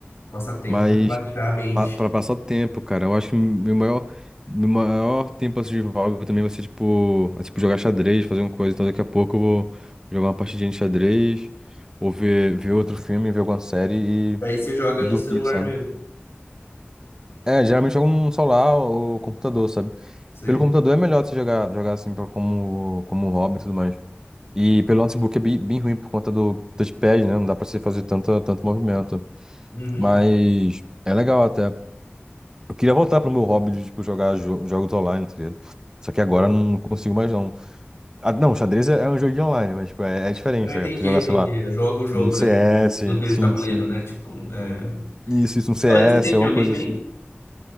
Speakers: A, on the left; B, on the right.
A: Passatempo
B: Mas,
A: pra relaxar a mente.
B: Pa- Pra passar o tempo, cara. Eu acho que meu maior, meu maior tempo assim, de hobby também vai ser, tipo, é, tipo, jogar xadrez, fazer uma coisa. Então, daqui a pouco eu vou jogar uma partidinha de xadrez, ou ver, ver outro filme, ver alguma série e,
A: Aí você joga
B: e
A: no
B: dormir,
A: celular
B: sabe?
A: mesmo.
B: É, geralmente jogo no celular ou computador, sabe?
A: Você.
B: Pelo computador é melhor você jogar, jogar assim, pra, como, como hobby e tudo mais. E pelo notebook é bem, bem ruim por conta do touchpad, né? Não dá pra você fazer tanto, tanto movimento.
A: Uhum.
B: Mas é legal até. Eu queria voltar pro meu hobby de, tipo, jogar jo- jogos online, tá ligado? Só que agora
A: Sei.
B: eu não consigo mais, não. Ah, não, xadrez é, é um jogo de online, mas, tipo, é, é diferente,
A: Eu entendi,
B: tá ligado? Tu jogar,
A: entendi.
B: sei lá,
A: Joga o jogo,
B: um CS,
A: né? Tipo, não seja
B: sim,
A: tabuleiro,
B: sim.
A: né? Tipo, como- é...
B: Isso, isso, um CS,
A: Falando, você tem videogame
B: alguma coisa assim.
A: aí?